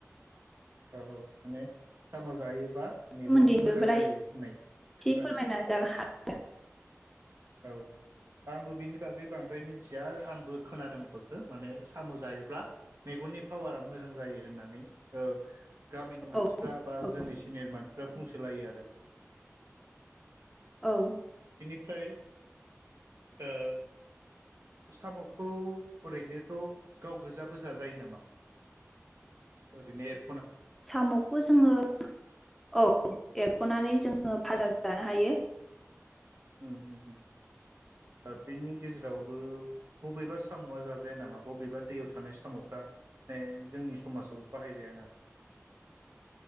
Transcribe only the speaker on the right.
औ औ माने साम' जायोबा मेगन
मोजां जायो होननाय
खोना
औ आंबो बिनि बागै बांद्राय मिथिया आंबो खोनादोंल'सो माने साम' जायोब्ला मेगननि पावारा मोजां जायो होननानै औ गामिनि
मानसिफ्रा
बा
जोंनि सिनियर मानसिफ्रा बुंसोलायो आरो
फ्राय ओ साम'खौ ओरैनोथ' गाव गोजाबो जाजायो नामा ओरैनो एर
उम उम उम आरो बेनि गेजेरावबो बबेबा साम'आ जाजाया नामा बबेबा दैयाव थानाय साम'फ्रा जोंनि समाजाव बाहायजाया नामा